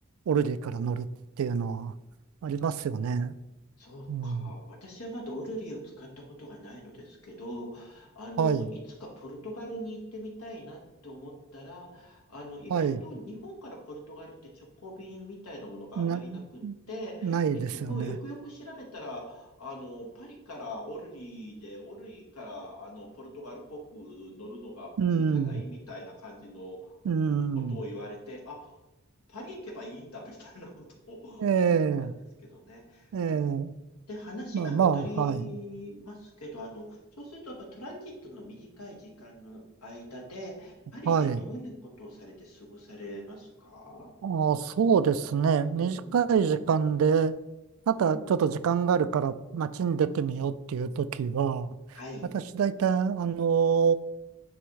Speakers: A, on the right; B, on the left.
A: オルリーから乗るっていうのはありますよね。
B: うん。そうか。
A: うん。
B: 私はまだオルリーを使ったことがないのですけど、あの、
A: はい。
B: いつかポルトガルに行ってみたいなって思ったら、あの、意外と日本からポルトガルって直行便みたいなものがあまりなくって、
A: はい。な、ないですよね。
B: 結局、よくよく調べたら、あの、パリからオルリーで、オルリーから、あの、ポルトガル航空乗るのが普通じゃないみたいな感じの、
A: うん、うん。
B: ことを言われて、あ、パリ行けばいいんだ、みたいなことを <laughs>
A: ええ、
B: 思ったんですけどね。
A: え
B: え、
A: え、
B: で、話が戻りますけど、
A: まあまあ、はい。
B: あの、そうすると、やっぱトランジットの短い時間の間で、パリでどういうことをされて過ごされますか
A: はい。ああ、そうですね。短い時間で、
B: うん、
A: ただちょっと時間があるから街に出てみようっていう時は、
B: うん、はい。
A: 私大体、あの